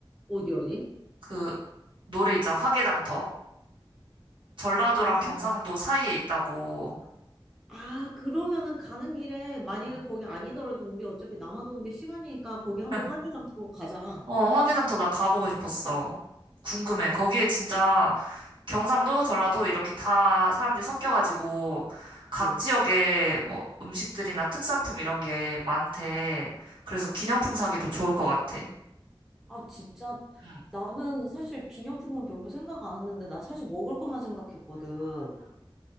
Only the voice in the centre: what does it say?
어디 어디?
아,
아 그러면은 가는 길에 만약에
거기 아니더라도 우리 어차피 남아도는 게 시간이니까 거기 한번
화개장 보 가자.
응.
아, 진짜.
나는 사실 기념품은 별로 생각 안 했는데, 난 사실 먹을 것만 생각했거든.